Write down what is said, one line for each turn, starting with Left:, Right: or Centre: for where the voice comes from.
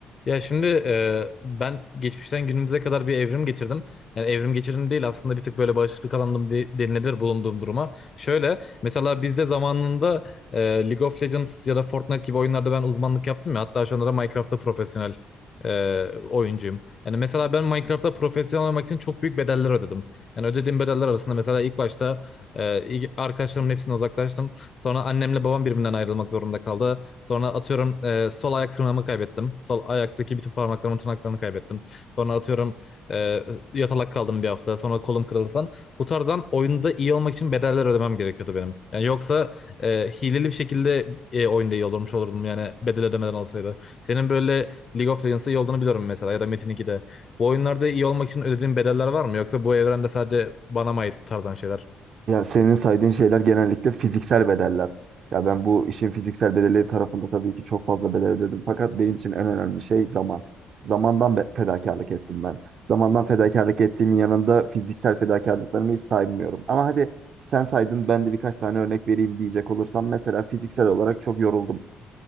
Left: Ya şimdi e, ben geçmişten günümüze kadar bir evrim geçirdim. Yani evrim geçirdim değil aslında bir tık böyle bağışıklık alanım de, denilebilir bulunduğum duruma. Şöyle mesela bizde zamanında e, League of Legends ya da Fortnite gibi oyunlarda ben uzmanlık yaptım ya. Hatta şu anda da Minecraft'ta profesyonel e, oyuncuyum. Yani mesela ben Minecraft'ta profesyonel olmak için çok büyük bedeller ödedim. Yani ödediğim bedeller arasında mesela ilk başta e, ilk- arkadaşlarımın hepsinden uzaklaştım. Sonra annemle babam birbirinden ayrılmak zorunda kaldı. Sonra atıyorum e, sol ayak tırnağımı kaybettim. Sol ayaktaki bütün parmaklarımın tırnaklarını kaybettim. Sonra atıyorum e, yatalak kaldım bir hafta. Sonra kolum kırıldı falan. Bu tarzdan oyunda iyi olmak için bedeller ödemem gerekiyordu benim. Yani yoksa e, hileli bir şekilde e, oyunda iyi olurmuş olurdum yani bedel ödemeden olsaydı. Senin böyle League of Legends'da iyi olduğunu biliyorum mesela ya da Metin 2'de. Bu oyunlarda iyi olmak için ödediğin bedeller var mı? Yoksa bu evrende sadece bana mı ait bu tarzdan şeyler?
Right: Ya senin saydığın şeyler genellikle fiziksel bedeller. Ya ben bu işin fiziksel bedeli tarafında tabii ki çok fazla bedel ödedim. Fakat benim için en önemli şey zaman. Zamandan be- fedakarlık ettim ben. Zamandan fedakarlık ettiğimin yanında fiziksel fedakarlıklarımı hiç saymıyorum. Ama hadi sen saydın ben de birkaç tane örnek vereyim diyecek olursam mesela fiziksel olarak çok yoruldum.